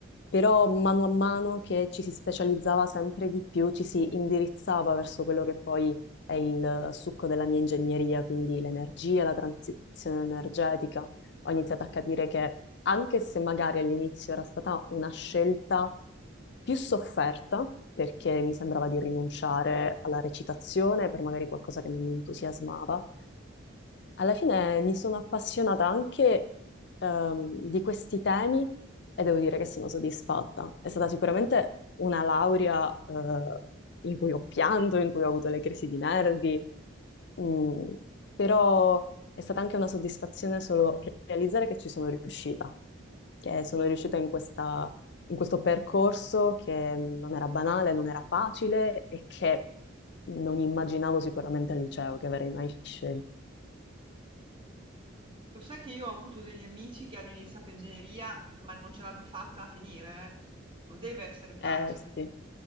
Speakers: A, on the left; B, on the right.
A: però mano a mano che ci si specializzava sempre di più, ci si indirizzava verso quello che poi è il succo della mia ingegneria, quindi l'energia, la transizione energetica. Ho iniziato a capire che anche se magari all'inizio era stata una scelta più sofferta, perché mi sembrava di rinunciare alla recitazione per magari qualcosa che non mi entusiasmava, alla fine mi sono appassionata anche ehm, di questi temi e devo dire che sono soddisfatta. È stata sicuramente una laurea eh, in cui ho pianto, in cui ho avuto le crisi di nervi, mm, però è stata anche una soddisfazione solo realizzare che ci sono riuscita, che sono riuscita in questa- in questo percorso che non era banale, non era facile e che non immaginavo sicuramente al liceo che avrei mai scelto.
B: Lo sai che io ho avuto degli amici che hanno iniziato ingegneria, ma non ce l'hanno fatta a finire, eh. Non deve essere facile.
A: Eh sì,